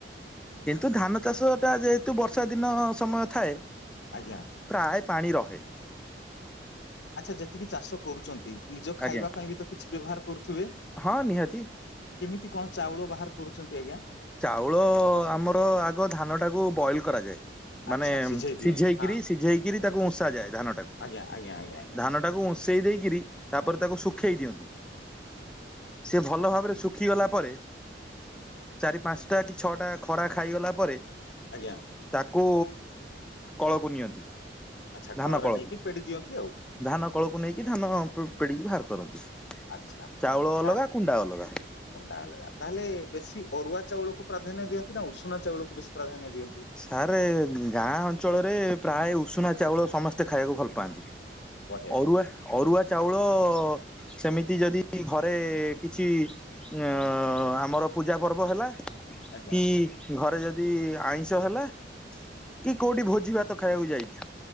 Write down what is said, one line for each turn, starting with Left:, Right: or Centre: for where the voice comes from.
Centre: କିନ୍ତୁ
Left: ହୁଁ
Centre: ଧାନ ଚାଷ ଟା ଯେହେତୁ ବର୍ଷା ଦିନ ସମୟ ଥାଏ
Left: ଆଜ୍ଞା।
Centre: ପ୍ରାୟେ ପାଣି ରହେ।
Left: ଆଚ୍ଛା ଯେତିକି ଚାଷ କରୁଚନ୍ତି ନିଜ
Centre: ଆଜ୍ଞା
Left: ଖାଇବା ପାଇଁ ବି ତ କିଛି ବ୍ୟବହାର କରୁଥିବେ?
Centre: ହଁ ନିହାତି।
Left: କେମିତି କଣ ଚାଉଳ ବାହାର କରୁଚନ୍ତି ଆଜ୍ଞା?
Centre: ଚାଉଳ ଆମର ଆଗ ଧାନ ଟାକୁ ବଏଲ କରାଯାଏ।
Left: ଆଚ୍ଛା
Centre: ମାନେ
Left: ସିଝେଇ ଦିଅନ୍ତି
Centre: ସିଝେଇକିରି
Left: ହଁ
Centre: ସିଝେଇକିରି
Left: ଆଜ୍ଞା
Centre: ତାକୁ ଉଁସା ଯାଏ ଧାନ ଟାକୁ
Left: ଆଜ୍ଞା ଆଜ୍ଞା ଆଜ୍ଞା ଆଜ୍ଞା
Centre: ଧାନା ତାକୁ ଉଁସେଇ ଦେଇକିରି ତାପରେ ତାକୁ ଶୁଖେଇ ଦିଅନ୍ତି। ସିଏ ଭଲ ଭାବରେ ଶୁଖି ଗଲା ପରେ ଚାରି ପାଞ୍ଚଟା କି ଛଅଟା ଖରା ଖାଇଗଲା ପରେ
Left: ଆଜ୍ଞା।
Centre: ତାକୁ କଳକୁ ନିଅନ୍ତି।
Left: ଆଚ୍ଛା
Centre: ଧାନ
Left: କଳରେ
Centre: କଳକୁ
Left: ନେଇକି ପେଡ଼ି ଦିଅନ୍ତି ଆଉ।
Centre: ଧାନ କଳକୁ ନେଇକି ଧାନ ପେ ପେଡ଼ିକି ବାହାର କରନ୍ତି।
Left: ଆଚ୍ଛା
Centre: ଚାଉଳ ଅଲଗା
Left: ସାର
Centre: କୁଣ୍ଡା ଅଲଗା
Left: କୁଣ୍ଡା ଅଲଗା ତାହେଲେ ବେଶୀ ଅରୁଆ ଚାଉଳକୁ ପ୍ରାଧାନ୍ୟ ଦିଅନ୍ତି ନା ଉଷୁନା ଚାଉଳକୁ ବେଶୀ ପ୍ରାଧାନ୍ୟ ଦିଅନ୍ତି।
Centre: ସାରେ ଗାଁ ଅଞ୍ଚଳରେ ପ୍ରାୟ ଉଷୁନା ଚାଉଳ ସମସ୍ତେ ଖାଇବାକୁ ଭଲ ପାଆନ୍ତି।
Left: ବଢିଆ
Centre: ଅରୁଆ ଅରୁଆ ଚାଉଳ ସେମିତି ଯଦି ଘରେ କିଛି ଅଁ ଆମର ପୂଜା ପର୍ବ ହେଲା
Left: ଆଜ୍ଞା
Centre: କି ଘରେ ଯଦି ଆଇଁ ସ ହେଲା କି କୋଉଠି ଭୋଜି ଭାତ ଖାଇବାକୁ ଯାଇଚୁ